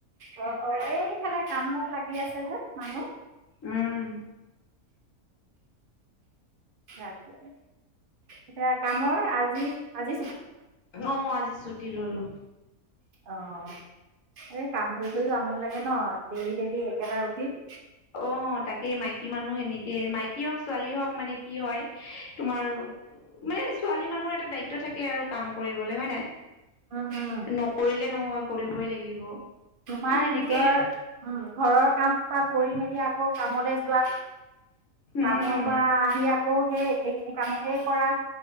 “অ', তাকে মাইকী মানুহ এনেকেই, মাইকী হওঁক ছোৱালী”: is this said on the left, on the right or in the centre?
Left